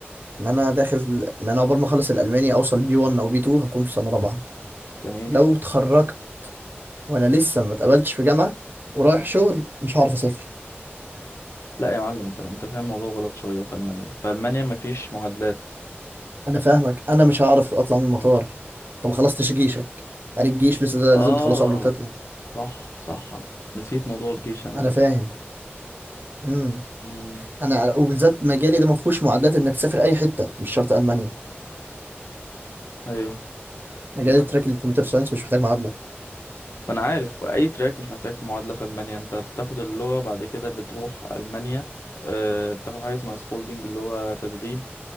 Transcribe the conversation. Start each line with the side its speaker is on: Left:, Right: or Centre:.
Right: ان انا داخل ان انا عقبال ما اخلص الالماني اوصل بي 1 او بي 2 هكون في سنه رابعه
Left: جميل
Right: لو اتخرجت وانا لسه ما اتقبلتش في جامعه ورايح شغل مش هعرف اسافر
Left: لا يا معلم انت انت فاهم الموضوع غلط شويه في المانيا في المانيا مفيش معادلات
Right: انا فاهمك انا مش هعرف اطلع من المطار طب ما خلصتش جيشك يعني الجيش لسه ده
Left: اه
Right: لازم تخلصه قبل ما تطلع
Left: صح صح نسيت موضوع الجيش انا
Right: انا
Left: ده
Right: فاهم امم
Left: امم
Right: انا وبالذات مجالي ده ما فيهوش معادلات انك تسافر اي حته مش شرط المانيا
Left: ايوه
Right: مجال
Left: لا
Right: تراك الكمبيوتر ساينس مش محتاج معادله
Left: ما انا عارف اي تراك مش محتاج معادله في المانيا انت بتاخد اللغه بعد كده بتروح المانيا آه، بتاخد حاجه اسمها سبولدنج اللي هو تدريب